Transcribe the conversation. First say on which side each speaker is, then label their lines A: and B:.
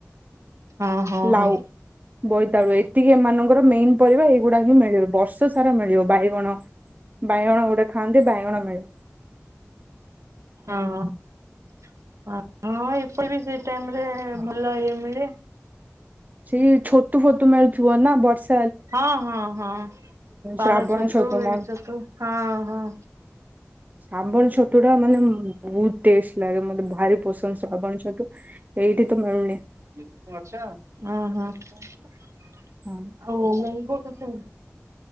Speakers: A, on the right (about 75°); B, on the right (about 35°).
A: ହଁ ହଁ
B: ଲାଉ,
A: ହଁ
B: ବୋଇତାଳୁ ଏଇ ତିକି ଏମାନଙ୍କର ମେନ୍ ପରିବା ଏଇଗୁଡା ହିଁ ମିଳେ ବର୍ଷ ସାରା ମିଳିବ ବାଇଗଣ ବାଇଗଣ ଗୋଟେ ଖାଆନ୍ତି ବାଇଗଣ ମିଳେ।
A: ହଁ ଓହୋ ହଁ ଏପଟେ ବି ସେଇ ଟାଇମରେ ଭଲ ଇଏ ମିଳେ।
B: ସେଇ ଛତୁ ଫତୁ ମଳୁଥୁବ ନା ବର୍ଷ୍
A: ହଁ ହଁ ହଁ ପାଳ
B: ଶ୍ରାବଣ
A: ଛତୁ ଏ
B: ମୋର
A: ଛତୁ ହଁ ହଁ।
B: ସାବଣ ଛତୁଟା ମାନେ ଉଁମ୍ ବୋହୁତ ଟେଷ୍ଟ ଲାଗେ ମତେ ଭ ଭାରି ପସନ୍ଦ ସବଣି ଛତୁ ଏଇଠି ତ ମିଳୁନି।
A: ହ ହ
B: ହଁ
A: <unintelligible>